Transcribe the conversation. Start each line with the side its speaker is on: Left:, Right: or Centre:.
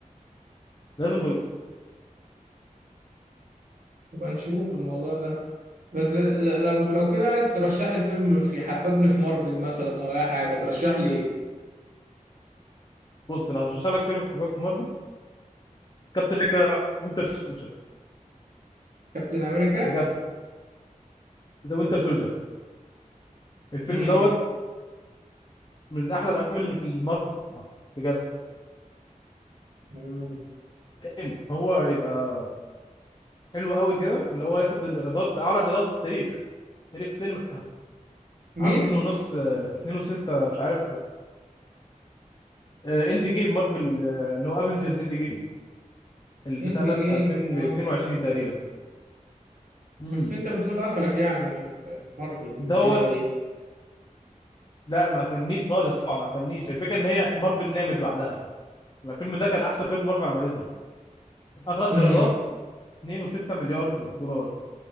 Left: لازم تجرب
Right: يبقى نشوف الموضوع ده بس ل- لو لو كده عايز ترشح لي فيلم في حببني في مارفل مثلا او اي حاجه ترشح لي ايه
Left: بص لو هشرح لك فيلم تحبك في مارفل كابتن امريكا وينتر سولجر
Right: كابتن امريكا
Left: بجد ده وينتر سولجر الفيلم
Right: امم
Left: دوت من احلى الافلام اللي في مارفل بجد
Right: أمم.
Left: إيه، هو يبقى حلو قوي كده اللي هو ياخد الايرادات اعلى ايرادات في التاريخ تاريخ السينما
Right: مين
Left: عام اتنين ونص آه، اتنين وستة مش عارف آه، اند جيم مارفل آه، اللي هو افنجرز اند جيم اللي
Right: اند
Left: سنة
Right: جيم
Left: 2022
Right: اه
Left: تقريبا امم
Right: بس انت بتقول قفلك يعني من ال- مارفل والدنيا
Left: دوت
Right: دي
Left: لا ما قفلنيش خالص طبعا ما قفلنيش الفكرة ان هي مارفل نامت بعدها يعني الفيلم ده كان احسن فيلم مارفل عملته اخد
Right: امم
Left: ايرادات 2.6 مليار دولار